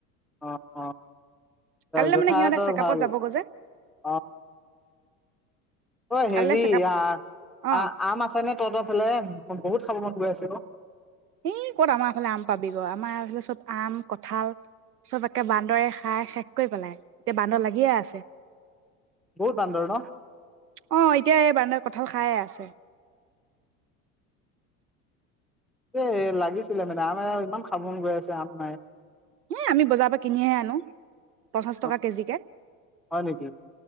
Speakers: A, in the centre; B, on the right (about 75°).
A: অঁ অঁ
B: কালিলৈ
A: জেঠাইহতৰ
B: মানে সিহঁতে চেকআপত
A: ভাল।
B: যাবগৈ যে
A: অঁ। অঁ
B: কালিলৈ
A: হেৰি
B: চেকআপ
A: আহ,
B: অ
A: আম আছে নে তহতৰ ফালে। বহুত খাব মন গৈ আছিল অঁ।
B: সি ক'ত আমাৰফালে আম পাবি গৈ, আমাৰ এইফালে চব আম কঁঠাল চব একে বান্দৰে খাই শেষ কৰি পেলাই, এতিয়া বান্দৰ লাগিয়ে আছে।
A: বহুত বান্দৰ ন
B: অঁ, এতিয়া এই বান্দৰ কঁঠাল খায়ে আছে।
A: এ লাগিছিলে মানে আমে ইমান খাবো মনগৈ আছে, আম নাই।
B: এ আমি বজাৰৰ পৰা কিনিহে আনো, পঞ্চাশ টকা
A: অ
B: কেজিকে,
A: হয় নেকি